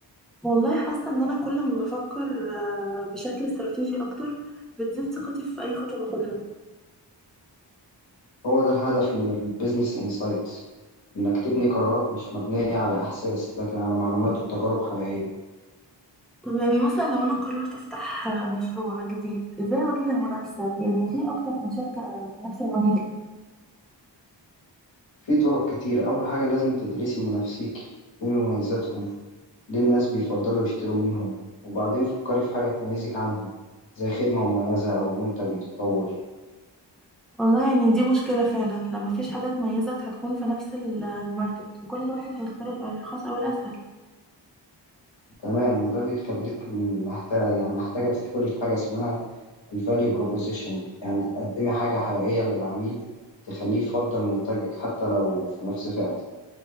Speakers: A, in the centre; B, on the left (about 80°).
A: والله حاسة ان انا كل ما بفكر آه، بشكل استراتيجي اكتر بتزيد ثقتي في اي خطوة باخدها
B: هو ده الهدف من البيزنس انسايت إنك تبني قرارات مش مبنية على إحساس لكن على معلومات وتجارب حقيقية
A: طب يعني مثلا لو انا قررت افتح آه، مشروع جديد ازاي اواجه المنافسة يعني في اكتر من شركة في نفس المجال
B: في طرق كتير أول حاجة لازم تدرسي منافسيك إيه مميزاتهم ليه الناس بيفضلوا يشتروا منهم وبعدين فكري في حاجة تميزك عنهم زي خدمة مميزة أو منتج متطور
A: والله يعني دي مشكلة فعلا لما مفيش حاجة تميزك هتكون في نفس ال- الماركت وكل واحد هيختار الأرخص أو الأسهل
B: تمام وده بيخليك محتاجة يعني محتاجة تدخلي في حاجة اسمها الفاليو بروبوزيشن يعني تقدمي حاجة حقيقية للعميل تخليه يفضل منتجك حتى لو في نفس فئته